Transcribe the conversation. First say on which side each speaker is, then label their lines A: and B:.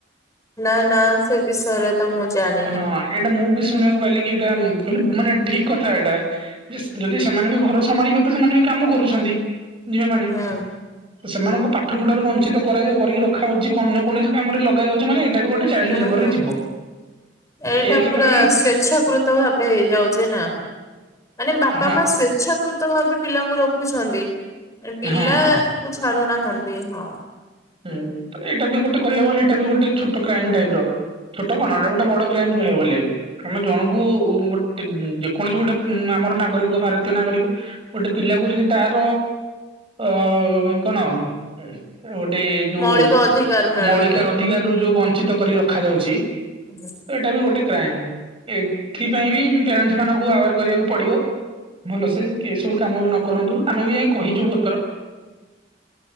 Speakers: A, on the left; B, on the right.
A: ନାଁ ନାଁ ସେ ବିଷୟରେ ତ ମୁଁ ଜାଣି
B: ହଁ ଏଇଟା ମୁଁ ବି ଶୁଣିବାକୁ ପାଇଲିି କି ଏଟା କହିଲି ମାନେ ଠିକ୍ କଥା ଏଟା ଯେ ଯଦି ସେମାନେ ବି ଘର ସମ୍ଭାଳିବ ତ ସେମାନେ ବି କାମ କରୁଛନ୍ତି ଝିଅମାନେ।
A: ହୁଁ
B: ସେମାନଙ୍କୁ ପାଠ ପଢାରୁ ବଂଞ୍ଚିତ କରାଯା କରିକି ରଖା ହୋଉଚି ଅନ୍ୟ କୌଣସି କାମରେ ଲଗା ଯାଉଚ ମାନେ ଏଟା ବି ଗୋଟେ ଚାଇଲ୍ଡ
A: ହୁଁ
B: ଲେବରରେ
A: ହୁଁ
B: ଯିବ। ତ
A: ଏଇଟା
B: ଏ କ୍ଷେତ୍ରରେ
A: ପୁରା ସ୍ଵେଚ୍ଛାକୃତ ଭାବେ ହେଇଯାଉଚି ନା। ମାନେ ବାପା
B: ହଁ
A: ମା ସ୍ୱେ ଚ୍ଛାକୃତ ଭାବେ ପିଲାଙ୍କୁ ରଖୁଛନ୍ତି ପିଲା
B: ହଁ
A: କୁ ଛାଡୁନାହାନ୍ତି ହଁ।
B: ହୁଁ ତ ଏଇଟା ବି ଗୋଟେ କହିବାକୁ ଗଲେ ଏଟା ବି ଗୋଟେ ଛୋଟ କ୍ରାଇମ୍ ଟାଇପର ଛୋଟ କଣ ଏଟା ଗୋଟେ ବଡ କ୍ରାଇମ୍ କହିବାକୁ ଗଲେ। ଆମେ ଜଣକୁ ଗୋଟେ ଯେକୌଣସି ଗୋଟେ ଉଁ ଆମର ନାଗରିକ ଭାରତୀୟ ନାଗରିକ ଗୋଟେ ପିଲାକୁ ଯଦି ତାର ଅ କଣ ଉଁହୁଁ ଗୋଟେ ଯୋଉ
A: ମୌଳିକ ଅଧିକାର ମିଳୁନି।
B: ମୌଳିକାର ଅଧିକାରରୁ ଯୋଉ ବଞ୍ଚିତ କରି ରଖାଯାଉଚି।
A: <inaudible>
B: ଏଟା ବି ଗୋଟେ କ୍ରାଇମ୍ ଏଥିପାଇଁ ବି ପ୍ୟାରେଣ୍ଟସ ମାନଙ୍କୁ ଆୱାର କରିବାକୁ ପଡିବ। ଭଲସେ କି ଏସବୁ କାମ ବି ନକରନ୍ତୁ। ଆମେ ବି ଯାଇ କହିଚୁ ବୋହୁତ ଥର।